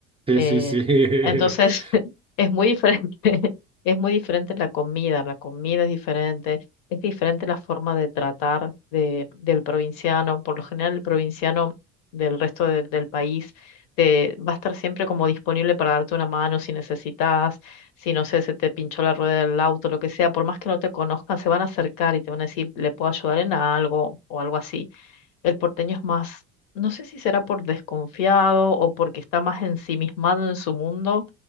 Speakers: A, on the right (about 15°); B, on the left (about 70°).
A: Sí,
B: Eh,
A: sí, sí.
B: entonces,
A: <laughs>
B: <laughs> es muy diferente, <laughs> es muy diferente la comida, la comida es diferente, es diferente la forma de tratar de, del provinciano. Por lo general, el provinciano del resto de- del país te, va a estar siempre como disponible para darte una mano si necesitas, si no sé, se te pinchó la rueda del auto, lo que sea, por más que no te conozcan, se van a acercar y te van a decir, ¿le puedo ayudar en algo? o algo así. El porteño es más, no sé si será por desconfiado o porque está más ensimismado en su mundo,